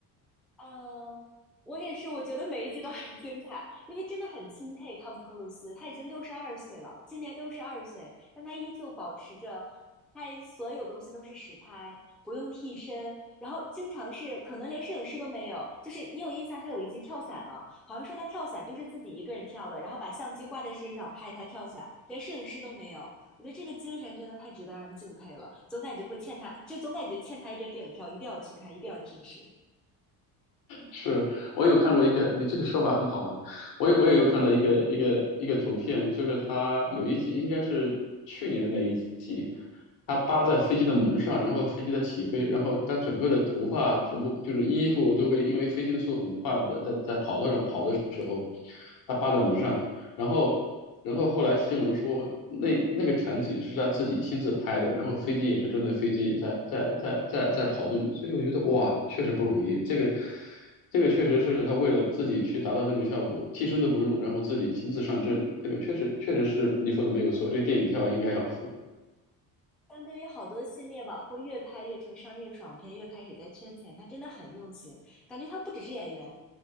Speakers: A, in the centre; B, on the left (about 60°).
A: 呃，我也是，我觉得每一集都很精彩，因为真的很钦佩汤姆·克鲁斯，他已经六十二岁了，今年六十二岁，但他依旧保持着拍所有东西都是实拍，不用替身，然后经常是可能连摄影师都没有，就是你有印象他有一集跳伞吗？好像说他跳伞就是自己一个人跳的，然后把相机挂在身上拍他跳伞，连摄影师都没有，我觉得这个精神真的太值得让人敬佩了，总感觉会欠他，就总感觉欠他一张电影票，一定要去看，一定要支持。
B: 是我有看过一个，你这个说法很好玩。我有我也有看到一个一个一个图片，就是它有一集应该是去年的那一集，他扒在飞机的门上，然后飞机在起飞，然后他整个的头发全部就是衣服都被，因为飞机的速度很快嘛，在在在跑道上跑的时候，他扒在门上，然后然后后来新闻说那那个场景是他自己亲自拍的，然后飞机也是真的飞机在在在在在跑动，所以我觉得哇，确实不容易，这个。这个确实是他为了自己去达到那种效果，替身都不用，然后自己亲自上阵，这个确实确实是你说的没有错，这电影票应该要付。
A: 相对于好多系列往后越拍越成商业爽片，越开始在圈钱，他真的很用心。感觉他不只是演员，